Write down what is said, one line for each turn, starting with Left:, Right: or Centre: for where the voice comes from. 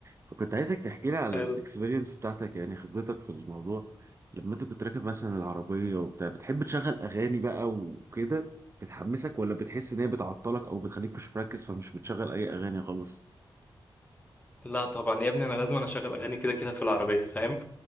Right: فكنت عايزك تحكي لي على
Left: حلو
Right: الاكسبيرينس بتاعتك يعني خبرتك في الموضوع لما انت كنت راكب مثلا العربية وبتاع بتحب تشغل اغاني بقى وكده بتحمسك ولا بتحس ان هي بتعطلك او بتخليك مش مركز فمش بتشغل اي اغاني خالص
Left: لا طبعا يا ابني انا لازم انا اشغل اغاني كده كده في العربيه فاهم